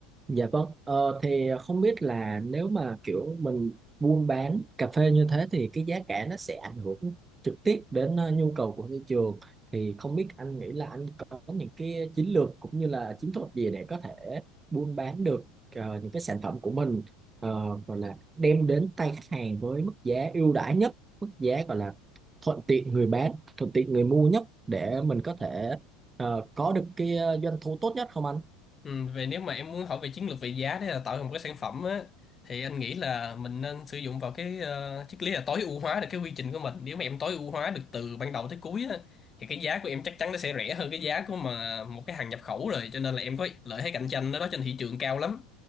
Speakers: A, on the right; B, on the left.
A: Dạ vâng, ờ, thì không biết là nếu mà kiểu mình buôn bán cà phê như thế thì cái giá cả nó sẽ ảnh hưởng trực tiếp đến ờ, nhu cầu của thị trường thì không biết anh nghĩ là anh có những cái chiến lược cũng như là chiến thuật gì để có thể buôn bán được ờ, những cái sản phẩm của mình ờ, gọi là đem đến tay khách hàng với mức giá ưu đãi nhất, mức giá gọi là thuận tiện người bán, thuận tiện người mua nhất để mình có thể ờ, có được cái ờ, doanh thu tốt nhất không anh?
B: Ừ, về nếu mà em muốn hỏi về chiến lược về giá để là tạo ra một cái sản phẩm á thì anh nghĩ là mình nên sử dụng vào cái ờ, triết lý là tối ưu hóa được cái quy trình của mình. Nếu mà em tối ưu hóa được từ ban đầu tới cuối á thì cái giá của em chắc chắn nó sẽ rẻ hơn cái giá của mà một cái hàng nhập khẩu rồi cho nên là em có lợi thế cạnh tranh đó, đó trên thị trường cao lắm.